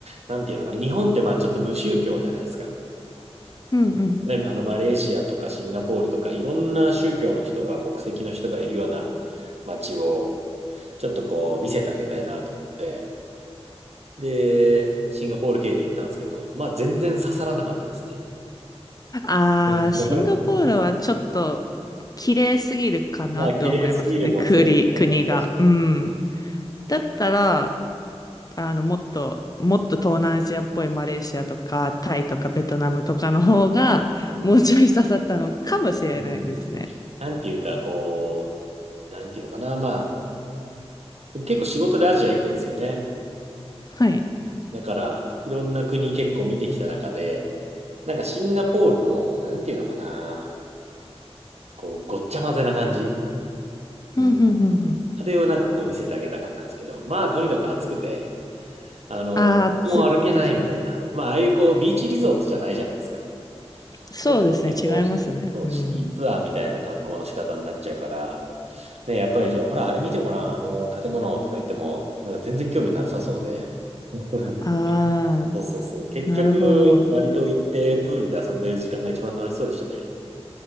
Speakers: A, on the right; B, on the left.
A: なんていうのかな、日本ってまあちょっと無宗教じゃないですか。
B: うんうん。
A: ね、あのマレーシアとかシンガポールとかいろんな宗教の人が国籍の人がいるような街をちょっとこう見せてあげたいなと思って、で、シンガポール系で行ったんですけど、まあ全然刺さらなかったですね。
B: ああ、
A: <laughs>
B: シンガポールはちょっと綺麗すぎるかなと思いますね。
A: まあ綺麗すぎるもそう
B: 国、国が。
A: ですね、確かに。
B: うん。だったら、あの、もっと、もっと東南アジアっぽいマレーシアとか、タイとかベトナムとかの方が、
A: うん
B: もうちょい刺さったのかもしれないですね。
A: うんうんなんていうか、こう、なんていうのかな、まあ、結構仕事でアジア行くんですよね。
B: はい。
A: だから、いろんな国結構見てきた中で、なんかシンガポールの、なんていうのかな、こう、ごっちゃ混ぜな感じ。うん。
B: うんうんうんうん。
A: あれをなんかこう見せてあげたかったんですけど、まあ、とにかく暑くて、あの、
B: ああ、
A: もう歩けないみたいな。
B: つですね。
A: まあ、ああいうこう、ビーチリゾートじゃないじゃないですか。
B: そうですね、
A: ちょっとね、
B: 違いますね。
A: こう、そうシティツアーみたいな観光の仕方になっちゃうから、
B: うん。
A: ね、やっぱりじゃあ、ほら、あれ見てごらん、あの、建物とか言っても、なんか全然興味なさそうで。<laughs>
B: ああ、
A: そうそうそう。結局、
B: なるほど。
A: バリ島行ってプールで遊んでる時間が一番楽しそうでしたね。